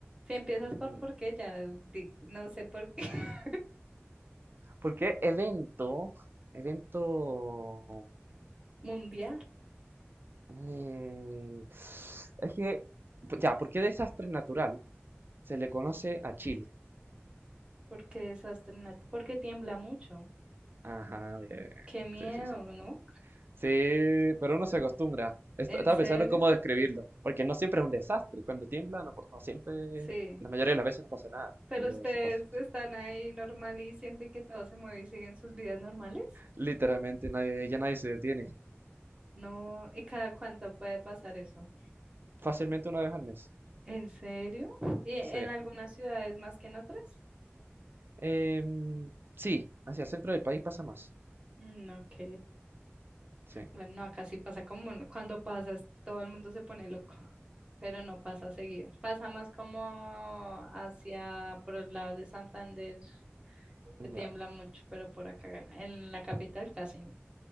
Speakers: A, on the right (about 20°); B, on the right (about 50°).
A: Si empiezas
B: Mm,
A: por por qué, ya di- no sé por qué. <laughs>
B: Porque evento, evento,
A: Mundial,
B: eh, es que, pues, ya, ¿por qué desastre natural se le conoce a Chile?
A: porque desastre nat- porque tiembla mucho.
B: Ajá, bien,
A: Qué miedo,
B: sí, sí, sí.
A: ¿no?
B: Sí, pero uno
A: Es-
B: se acostumbra. Est-
A: En
B: Estaba
A: serio,
B: pensando en cómo describirlo, porque no siempre es un desastre. Cuando tiembla, no, no siempre,
A: sí.
B: la mayoría de las veces no pasa nada,
A: Pero
B: pero
A: ustedes
B: sí pasa.
A: están ahí normal y sienten que todo se mueve y siguen sus vidas normales.
B: Literalmente, nadie, ya nadie se detiene.
A: No, ¿y cada cuánto puede pasar eso?
B: Fácilmente una vez al mes.
A: ¿En serio? ¿Y en
B: Sí.
A: algunas ciudades más que en otras?
B: Em, sí, hacia el centro del país pasa más.
A: Mm, ok.
B: Sí.
A: Bueno, no, acá sí pasa como ¿no? cuando pasas, todo el mundo se pone loco, pero no pasa seguido. Pasa más como hacia por el lado de Santander, que
B: Ya.
A: tiembla mucho, pero por acá, en la capital casi no.